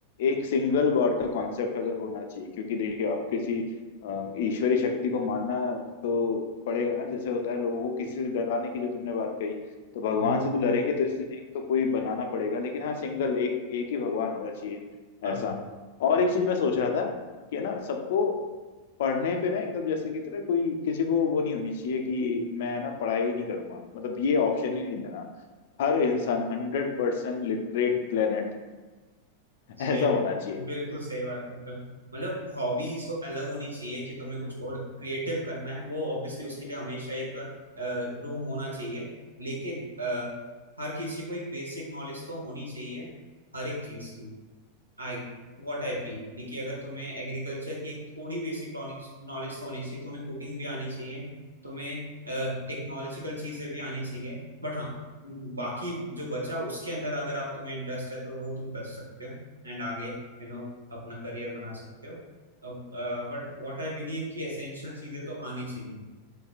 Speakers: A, on the left (about 55°); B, on the right (about 80°).
A: एक सिंगल गॉड का कॉन्सेप्ट अगर होना चाहिए क्योंकि देखिए आप किसी अ, ईश्वरी शक्ति को मानना तो पड़ेगा ना जैसे होता है लोगों को किसी से डराने की जो तुमने बात कही तो भगवान
B: हम्म,
A: से तो डरेंगे तो इसलिए एक तो कोई बनाना पड़ेगा लेकिन हाँ सिंगल एक एक ही भगवान होना चाहिए
B: हाँ
A: ऐसा
B: हाँ
A: और एक चीज मैं सोच रहा था कि है ना सबको पढ़ने पे ना एकदम जैसे की तरह कोई किसी को वो नहीं होनी चाहिए कि मैं ना पढ़ाई नहीं करूंगा मतलब ये ऑप्शन ही नहीं देना हर इंसान हंड्रेड परसेंट लिटरेट प्लेनेट <laughs>
B: सही
A: ऐसा होना चाहिए
B: बिल्कुल सही बात कर रहे हो मतलब हॉबीज अलग होनी चाहिए कि तुम्हें कुछ और क्रिएटिव करना है वो ऑब्वियसली उसके लिए हमेशा एक रूम होना चाहिए लेकिन अ, हर किसी को एक बेसिक नॉलेज तो होनी चाहिए हर एक चीज की आई व्हाट आई फील कि अगर तुम्हें एग्रीकल्चर की एक थोड़ी बेसिक नॉलेज तो होनी चाहिए तुम्हें कुकिंग भी आनी चाहिए तुम्हें टेक्नोलॉजिकल चीजें भी आनी चाहिए बट हाँ बाकी जो बचा उसके अंदर अगर आप तुम्हें इंटरेस्ट है तो वो तुम कर सकते हो एंड आगे यू नो अपना करियर बना सकते हो अब बट व्हाट आई बिलीव कि एसेंशियल चीजें तो आनी चाहिए